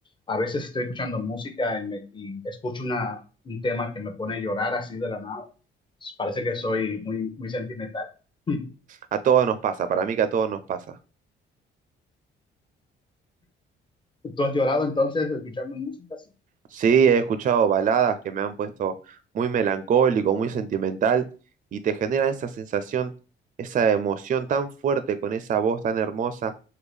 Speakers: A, on the left; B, on the right.
A: a veces estoy escuchando música y, me- y escucho una, un tema que me pone a llorar así de la nada. Pues, Parece que soy muy, muy sentimental. <laughs>
B: A todos nos pasa, para mí que a todos nos pasa.
A: ¿Tú has llorado entonces escuchando música así?
B: Sí, he escuchado baladas que me han puesto muy melancólico, muy sentimental, y te generan esa sensación, esa emoción tan fuerte con esa voz tan hermosa